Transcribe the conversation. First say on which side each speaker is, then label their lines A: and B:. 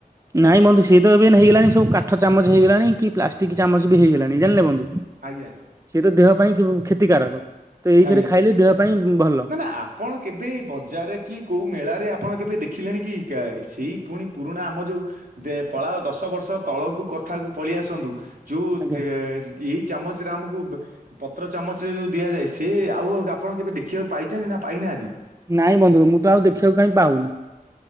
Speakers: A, on the right; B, on the right.
A: ନାଇଁ ବନ୍ଧୁ, ସେତ ଏବେ ହେଇଗଲାଣି, ସବୁ କାଠ ଚାମଚ ହେଇଗଲାଣି, କି ପ୍ଲାଷ୍ଟିକ ଚାମଚବି ହେଇଗଲାଣି, ଜାଣିଲେ ବନ୍ଧୁ?
B: ଆଜ୍ଞା।
A: ସିଏତ ଦେହ ପାଇଁ କ୍ଷତିକାରକ। ତ ଏଇଥିରେ
B: ଆଜ୍ଞା,
A: ଖାଇଲେ ଦେହ ପାଇଁ ଭଲ
B: ମାନେ ଆପ୍ ଆପଣ କେବେ ବଜାରରେ କି କୋଉ ମେଳାରେ ଆପଣ କେବେ ଦେଖିଲେଣିକି, କେ ସେଇ ପୁଣି ପୁରୁଣା ଆମ ଯୋଉ ଦେ ପଳାଅ, ଦଶ ବର୍ଷ ତଳକୁ କଥାକୁ ପଳେଇଆସନ୍ତୁ ଯୋଉ
A: ଆଜ୍ଞା।
B: ଏଇ ଚାମଚରେ ଆମକୁ ପତ୍ର ଚାମଚରେ ଯଉ ଦିଆଯାଏ ସିଏ ଆଉ ଆପଣ କେବେ ଦେଖିବାକୁ ପାଇଚନ୍ତି ନା? ପାଇନାହାନ୍ତି?
A: ନାଇଁ ବନ୍ଧୁ, ମୁଁତ ଆଉ ଦେଖିବାକୁ କାଇଁ ପାଉନି?